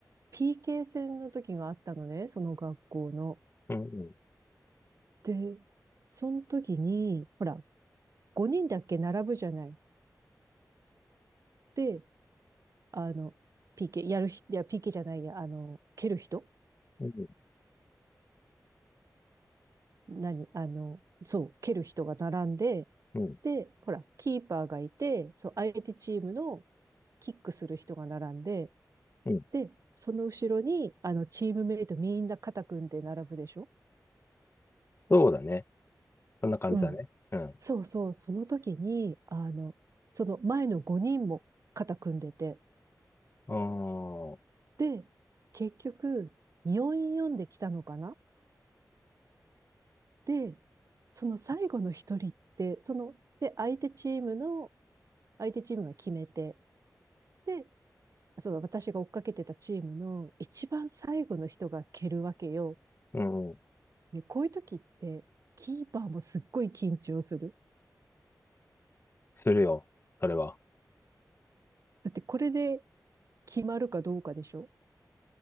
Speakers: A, on the right (about 55°); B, on the left (about 35°).
A: PK 戦の時があったのね、その学校の。
B: うん。
A: で、その時に、ほら、5人だっけ並ぶじゃない。で、あの、PK、やるひ、いや、PK じゃないや、あの、蹴る人
B: うん。
A: 何あの、そう、蹴る人が並んで、
B: うん。
A: で、ほら、キーパーがいて、そう、相手チームのキックする人が並んで、
B: うん
A: で、その後ろに、あの、チームメイトみんな肩組んで並ぶでしょ
B: そうだね。そんな感じだね。
A: うん。
B: うん。
A: そうそう、その時に、あの、その前の5人も肩組んでて、
B: う
A: で、結局、4-4で来たのかなで、その最後の一人って、その、で、相手チームの、相手チームが決めて、で、その私が追っかけてたチームの一番最後の人が蹴るわけよ。
B: ーん。うん。
A: ね、こういう時って、キーパーもすっごい緊張する。
B: するよ。それは。
A: だってこれで決まるかどうかでしょ